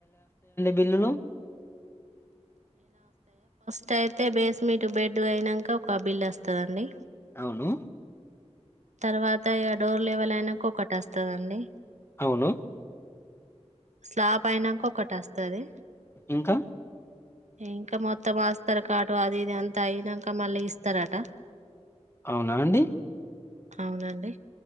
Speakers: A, on the left (about 20°); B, on the right (about 90°).
A: విల్లును
B: కయితే బేస్మెట్ బెడ్ అయినంక ఒక బిల్ అస్తదండి
A: అవును
B: తర్వాత ఇ డోర్ లెవెల్ అయినాక ఒకటి అస్తదండి
A: అవును
B: స్లాబ్ అయినాక ఒకటి వస్తుంది
A: ఇంకా
B: ఇంకా మొత్తం ఆస్తారు కాట అది ఇది అంత అయినాక మళ్ళీ ఇస్తారట
A: అవునా అండి
B: అవునండి